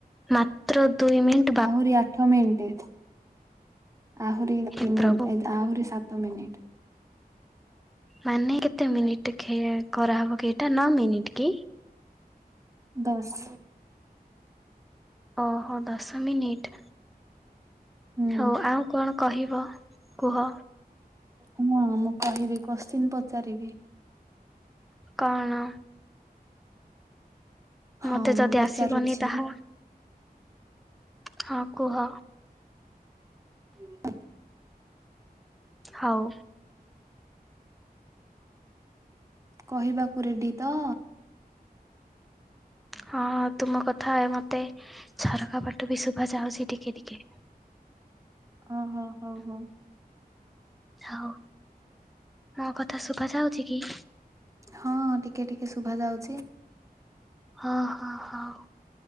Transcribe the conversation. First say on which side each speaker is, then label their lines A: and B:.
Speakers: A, in the centre; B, on the right.
A: ମାତ୍ର ଦୁଇ ମିନିଟ
B: ଆହୁରି ଆଠ ମିଣ୍ଟି। ଆହୁରି ତିନି
A: ହେ ପ୍ରଭୁ
B: ମି ଏ ଆହୁରି ସାତ ମିନିଟ୍।
A: ମାନେ କେତେ ମିନିଟ୍ ଦେଖେ କରାହେବ କି ଏଇଟା ନଅ ମିନିଟ କି?
B: ଦଶ୍।
A: ଓହୋ ଦଶ ମିନିଟ୍।
B: ହୁଁ
A: ହଉ ଆଉ କଣ କହିବ କୁହ।
B: ହଁ ମୁଁ କହିବି କୋଶ୍ଚେନ ପଚାରିବି।
A: କଣ?
B: ହଁ
A: ମତେ ଯଦି
B: ମୁଁ ପଚାରୁଛି
A: ଆସିବନି ତାହା। ହଁ କୁହ।
B: ହୁଁ।
A: ହଉ।
B: କହିବାକୁ ରେଡ଼ି ତ?
A: ହଁଁ ତୁମ କଥା ମତେ ଝରକା ପଟେ ବି ଶୁଭା ଯାଉଚି ଟିକେ ଟିକେ।
B: ଓହୋ ହଁ ହଁ।
A: ହଉ ମୋ କଥା ଶୁଭା ଯାଉଛି କି?
B: ହଁ ଟିକେ ଟିକେ ଶୁଭା ଯାଉଛି।
A: ଓହୋ ହୋଉ